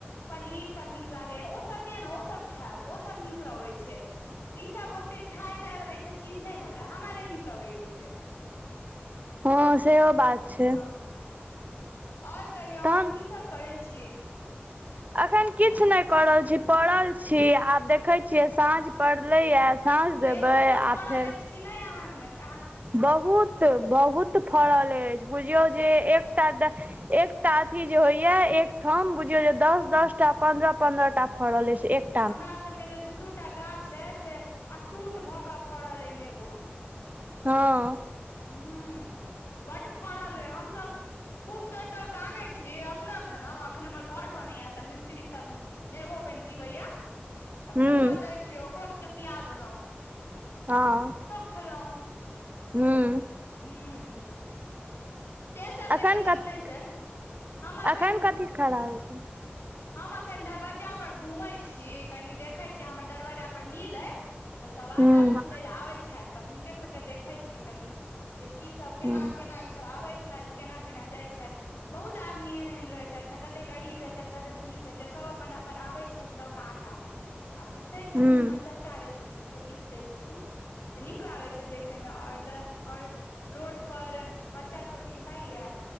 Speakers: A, on the left; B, on the right.
A: पनीर सब नीक लागैए ओसब दिअ ने ओसब खैब ओसब नीक लगै छै। ई सब ओते खाय ताय वला ई सब चीज नहि न भेलै हमरा नहि निक लगैये ई ओते।
B: हँ सेहो बात छै
A: हँ, और कहियौ
B: तहन
A: और की सब करै छी।
B: अखोन किछ नहि कऽ रहल छी, पड़ल छी आब देखै छियै साँझ पड़लैए। साँझ देबै
A: नेबोसभ
B: आ
A: फड़ल
B: फेर
A: अछि कि नहि अहाँ मे <unintelligible>
B: बहुत बहुत फड़ल अछि बुझियौ जे एकटा ड एकटा अथि जे होइये एकठाम बुझियौ जे दस दस टा पन्द्रह पन्द्रह टा फड़ल अछि एक
A: हमरा सब के तऽ दू दू टा गाछ अछि से अटूट भऽ कऽ फड़ल अइ नेबो
B: हँ।
A: हूँ। बड फड़ल अय हमसब खूब तोड़ि तोड़ि कऽ आनै छी अपनो खेलौ अखन हमर घर बनैया तऽ मिस्त्री सब नेबो पइन पीबैया तऽ
B: हूं
A: खूब क दै छियै ओकर सबके पिया देलौ।
B: हँ।
A: खेलौ।
B: हूँ।
A: हूँ। से सबके
B: अखन
A: दिक्कत
B: कथी
A: नहि छै हम अखैन
B: अखन कथी खा रहल छी।
A: हम अखैन दरवज्जा पर घूमै छी कनि देखै छी हमर दरवज्जा पर मिल अइ। तऽ सब आटा
B: हूं
A: पिसबै लए आबै छथि तऽ हुनके सबके देखै छी कनि। जे की सब केना
B: हूं
A: केना सब आबै छैथ केना केना जाइ छैथ बहुत आदमी सब एहन एहन रहै छैथ न कते ग कते धनिक रहै छैथ सब अपन अपन आबै छैथ लऽ कऽ आटा। आ पीसै छथिन
B: हूं
A: हमर चाचा जे छथिन से पीस दै छथिन। तऽ नीक लागे छै देखे में और द आओर रोड पर बच्चा सब खेलाइया